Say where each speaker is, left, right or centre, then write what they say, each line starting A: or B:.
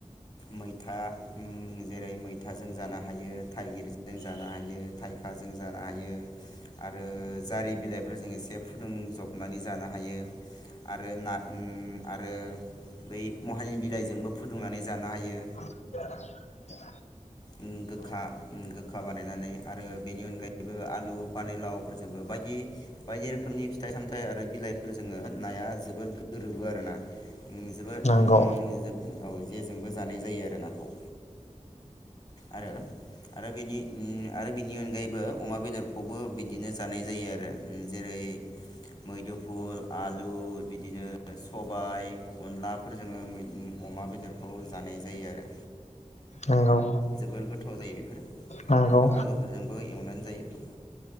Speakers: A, on the left; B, on the left.
A: मैथा ओ जेरै मैथाजो जानो हायो थाइगिरजों जानो हायो थाइखाजों जानो हायो आरो जारि बिलाइफोरजों एसे फुदुं जबनानै जानो हायो आरो ना उम आरो बै महानिनि बिलाइजोंबो फुदुंनानै जानो हायो
B: <inaudible>
A: ओम गोखा ओम गो गोखा बानायनानै आरो बेनि अनगायैबो आलु फानिलावफोरजोंबो बायदि बायदि रोखोमनि फिथाइ सामथाइ आरो बिलाइफोरजोंङो नाया जोबोद गोरोबो आरोना ओ जोबोद
B: नंगौ
A: ओम जो औ जेजोंबो जानाय जायो आरो नाखौ आरो आरो बेनि ओ आरो बेनि अनगायैबो अमा बेदरखौबो बिदिनो जानाय जायो आरो जेरै मैदुफुल आलु बिदिनो सबाय अनलाफोरजोङो अमा बेदरखौ जानाय जायो आरो
B: नंगौ
A: जोबोर गोथाव जायो बेफोरो
B: नंगौ
A: आरो आलुफोरजोंबो एवनानै जायो